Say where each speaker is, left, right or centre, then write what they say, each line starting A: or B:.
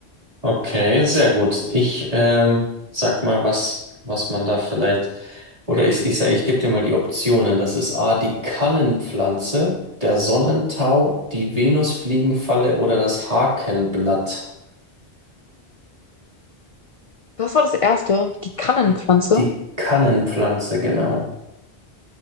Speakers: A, on the right (about 35°); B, on the left (about 50°).
A: Okay, sehr gut. Ich ähm, sag mal, was, was man da vielleicht, oder ich, ich sage, ich gebe dir mal die Optionen. Das ist A, die Kannenpflanze, der Sonnentau, die Venusfliegenfalle oder das Hakenblatt.
B: Was war das erste? Die Kannenpflanze?
A: Die Kannenpflanze, genau.